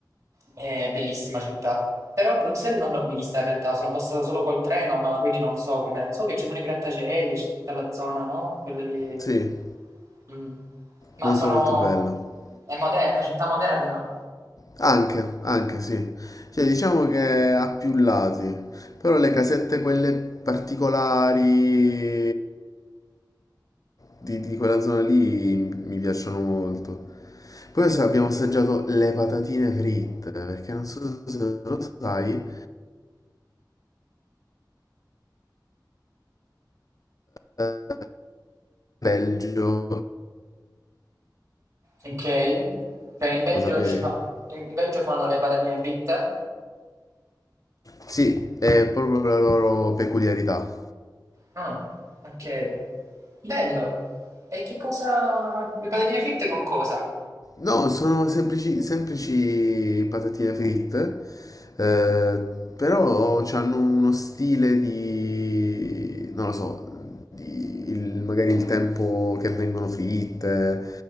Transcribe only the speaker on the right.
è bellissima città. Però Bruxelles non l'ho vista in realtà, sono passato solo col treno, ma quindi non so come. So che ci sono i grattacieli, c'è tutta la zona, no? Quella lì.
Mm. Ma
sono...
è moderna, è una città moderna?
Ok? Cioè in Belgio,
ci fa... in in Belgio fanno le patatine fritte?
Ah, ok. Bello. E che cosa... Le patatine fritte con cosa?